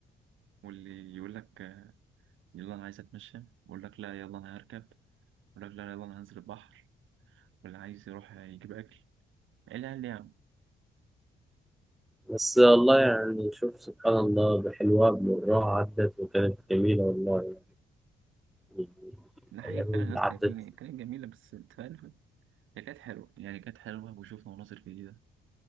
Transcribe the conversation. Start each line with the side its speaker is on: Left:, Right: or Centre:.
Right: واللي يقول لك يلا أنا عايز أتمشى يقول لك لا يلا أنا هركب الراجل لا يلا انا هنزل البحر واللي عايز يروح يجيب اكل لا لا
Centre: بس والله يعني شوف سبحان الله بحلوها بمرها عدت وكانت جميلة والله يعني
Right: ده حقيقي
Centre: الأيام
Right: كان
Centre: اللي
Right: الناس
Centre: عدت
Right: تاكلني كانت جميله بس انت فاهم هي كانت حلوه يعني كانت حلوه وشفنا مناظر جديده